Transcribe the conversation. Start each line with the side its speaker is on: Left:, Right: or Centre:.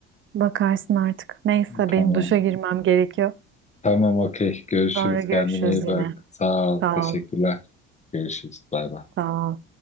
Right: Bakarsın artık. Neyse
Left: Tamam.
Right: benim duşa girmem gerekiyor.
Left: Tamam okey. Görüşürüz.
Right: Sonra görüşürüz
Left: Kendine iyi
Right: yine.
Left: bak. Sağ ol.
Right: Sağ
Left: Teşekkürler.
Right: ol.
Left: Görüşürüz. Bay bay.
Right: Sağ ol.